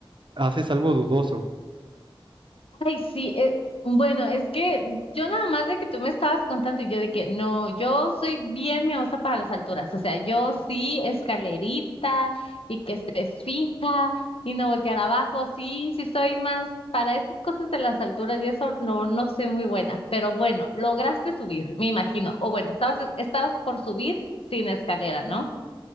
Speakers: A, on the right; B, on the left.
A: haces algo dudoso.
B: Ay, sí, eh, bueno, es que yo nada más de que tú me estabas contando y yo de que no, yo soy bien miedosa para las alturas, o sea, yo sí escalerita y que esté fija y no voltear abajo, sí, sí soy más para esas cosas de las alturas y eso no, no soy muy buena, pero bueno, lograste subir, me imagino, o bueno, estabas, estabas por subir sin escalera, ¿no?